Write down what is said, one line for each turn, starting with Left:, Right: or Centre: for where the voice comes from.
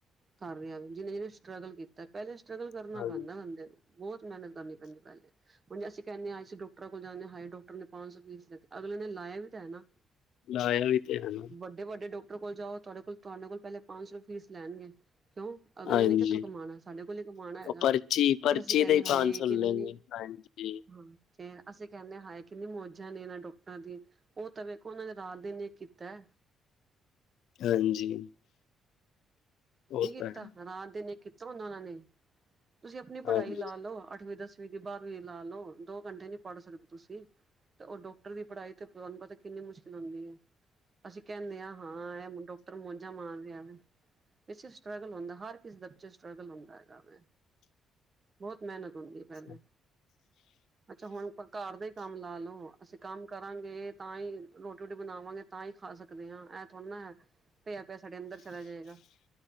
Right: ਕਰ ਰਿਹਾ ਹੈ ਜਿਹਨੇ ਜਿਹਨੇ ਸਟਰਗਲ ਕੀਤਾ। ਪੈਲੇ ਸਟਰਗਲ ਕਰਨਾ
Left: ਹਾਂਜੀ
Right: ਪੈਂਦਾ ਬੰਦੇ ਨੂੰ ਬੋਤ ਮੇਹਨਤ ਕਰਨੀ ਪੈਂਦੀ ਪੈਲੇ ਹੁਣ ਜੇ ਅਸੀਂ ਕਹਿੰਦੇ ਹਾਂ ਅਸੀਂ ਡਾਕਟਰ ਡਾ ਕੋਲ ਜਾਂਦੇ ਹਾਈ ਡਾਕਟਰ ਨੇ ਪੰਜ ਸੌ ਫੀਸ ਲੈਤੀ ਅਗਲੇ ਨੇ ਲਾਇਆ ਵੀ ਹੈ ਨਾ
Left: ਲਾਇਆ ਵੀ ਤੇ ਹੈ ਨਾ
Right: ਵੱਡੇ ਡੇ ਵੱਡੇ ਡਾਕਟਰ ਕੋਲ ਜਾਓ। ਤੁਹਾਡੇ ਕੋਲ ਤੁਹਾਡੇ ਕੋਲ ਪੈਲੇ ਪੰਜ ਸੌ ਫੀਸ ਲੈਣਗੇ ਕਿਉਂ ਅਗਲਿਆਂ
Left: ਹਾਂਜੀ
Right: ਨੇ ਕਿੱਥੋਂ ਕਮਾਣਾ ਸਾਡੇ ਕੋਲ ਹੀ ਕਮਾਉਣਾ ਹੈਗਾ
Left: ਉਹ ਪਰਚੀ ਪਰਚੀ
Right: ਫੇਰ ਅਸੀਂ ਕਹਿੰਦੇ
Left: ਦੇ ਹੀ
Right: ਹਾਏ ਕਿਨੇ
Left: ਲੈਂਗੇ ਹਾਂਜੀ
Right: ਹਾਂ ਤੇ, ਅਸੀਂ ਕਹਿੰਦੇ ਹ, ਹਾਏ ਕਿੰਨੀ ਮੌਜਾਂ ਇਹਨਾਂ ਨੂੰ। ਹਾਂਜੀ ਉਹ ਤਾਂ, ਵੇਖੋ ਉਹਨਾਂ ਨੇ, ਰਾਤ-ਦਿਨ ਇੱਕ ਕੀਤਾ।
Left: ਹਾਂਜੀ। ਉਹ
Right: ਨਹੀਂ ਕੀਤਾ
Left: ਤਾਂ ਹੈ
Right: ਰਾਤ-ਦਿਨ ਇੱਕ ਕੀਤਾ ਹੁੰਦਾ ਉਹਨਾਂ ਨੇ ਤੁਸੀਂ ਆਪਣੀ
Left: ਹਾਂਜੀ
Right: ਪੜ੍ਹਾਈ ਲਾ, ਲਓ ਅੱਠਵੀਂ ਦਸਵੀਂ। ਤੁ ਬਾਹਰ ਵੀ ਲਾ ਲਓ ਦੋ, ਘੰਟੇ ਨੀ, ਪੜ੍ਹ ਸਕਦੇ ਤੁਸੀਂ। ਤੇ, ਉਹ ਡਾਕਟਰ ਦੀ ਪੜ੍ਹਾਈ ਤੇ, ਤੁਹਾਨੂੰ ਪਤਾ ਕਿੰਨੀ ਮੁਸ਼ਕਿਲ ਹੁੰਦੀ ਹੈ। ਅਸੀਂ ਕਹਿੰਦੇ ਹਾਂ ਹਾਂ ਇਹ ਮੋਜਾ ਮਾਰ ਰਿਹਾ ਵੈ। ਪ ਸਟਰਗਲ ਹੁੰਦਾ ਹਰ ਕਿਸ ਬੱਚੇ ਸਟਟਰਗਲ ਹੁੰਦਾ ਹੈਗਾ ਵਾ, ਬਹੁਤ ਮਿਹਨਤ ਹੁੰਦੀ ਪਹਿਲੇ
Left: ਹਾਂਜੀ,
Right: ਅੱਛਾ ਹੁਣ ਘਰ ਦੇ ਕੰਮ ਲਾ ਲੋ, ਅਸੀਂ ਕੰਮ ਕਰਾਂਗੇ ਤਾਂ, ਹੀ ਰੋਟੀ-ਰੋਟੀ ਬਣਾਵਾਂਗੇ ਤਾਂ, ਹੀ ਖਾ ਸਕਦੇ ਹਾਂ ਐ ਹੁਣ ਪਿਆ-ਪਿਆ ਸਾਡੇ ਅੰਦਰ ਚਲਾ ਜਾਏਗਾ।